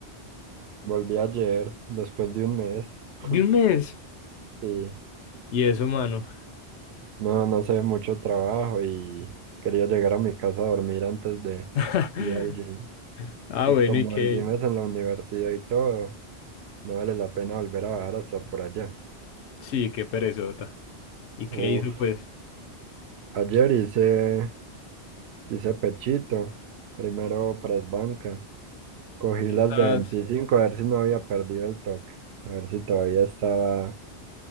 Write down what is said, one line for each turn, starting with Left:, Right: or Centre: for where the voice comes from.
Right: Volví ayer, después de un mes. <laughs>
Left: ¿De un mes?
Right: Sí,
Left: ¿Y eso, mano?
Right: no, no sé, mucho trabajo y quería llegar a mi casa a dormir antes de
Left: <laughs>
Right: ir al gym.
Left: Ah,
Right: Y
Left: bueno,
Right: como
Left: ¿y qué?
Right: el gym es en la universidad y todo, no vale la pena volver a bajar hasta por allá.
Left: Sí, qué perezota. ¿Y qué
Right: Uf,
Left: hizo, pues?
Right: ayer hice, hice pechito, primero press banca, cogí
Left: ¿Cuánto
Right: las
Left: estabas?
Right: de 25 a ver si no había perdido el toque, a ver si todavía estaba